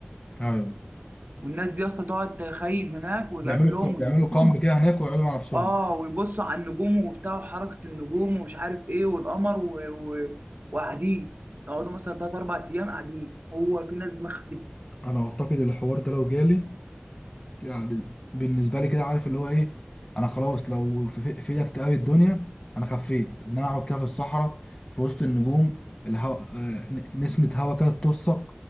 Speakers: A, on the left (about 25°); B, on the right (about 45°).
A: ايوه
B: والناس دي اصلا تقعد تخيم هناك والاكلهم
A: بيعملوا بيعملوا
B: ودنيتهم
A: كامب كده هناك ويقعدوا مع نفسهم
B: اه ويبصوا على النجوم وبتاع وحركه النجوم ومش عارف ايه والقمر و- و- وقاعدين يقعدوا مثلا ثلاث اربع ايام قاعدين هو في ناس دماغها كده
A: انا اعتقد الحوار ده لو جالي يعني بالنسبه لي كده عارف اللي هو ايه انا خلاص لو في في في اكتئاب الدنيا انا خفيت ان انا اقعد كده في الصحراء في وسط النجوم الهوا آه، ن- نسمه هوا كده تطسك